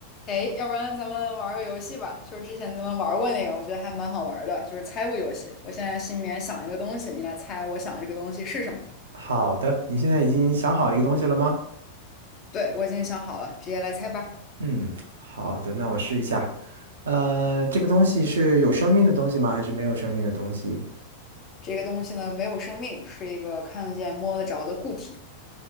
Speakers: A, on the left; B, on the right.
A: 哎，要不然咱们玩个游戏吧，就是之前咱们玩过那个，我觉得还蛮好玩的，就是猜物游戏。我现在心里面想一个东西，你来猜我想这个东西是什么。
B: 好的，你现在已经想好一个东西了吗？
A: 对，我已经想好了，直接来猜吧。
B: 嗯，好的，那我试一下。呃，这个东西是有生命的东西吗？还是没有生命的东西？
A: 这个东西呢，没有生命，是一个看得见、摸得着的固体。